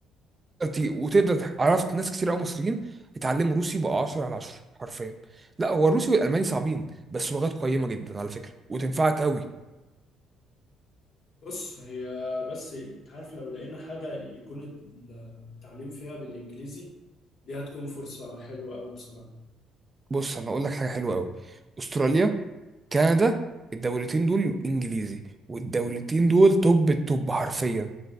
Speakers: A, on the right; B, on the left.
A: تي- وتقدر تح- عرفت ناس كتير قوي مصريين اتعلموا روسي وبقوا 10 على 10 حرفيا لا هو الروسي والالماني صعبين بس لغات قيمه جدا على فكره وتنفعك قوي
B: بص هي بس انت عارف لو لقينا حاجة يكون التعليم فيها بالانجليزي دي هتكون فرصة حلوة قوي بصراحة
A: بص انا اقول لك حاجه حلوه قوي استراليا كندا الدولتين دول انجليزي والدولتين دول توب التوب حرفيا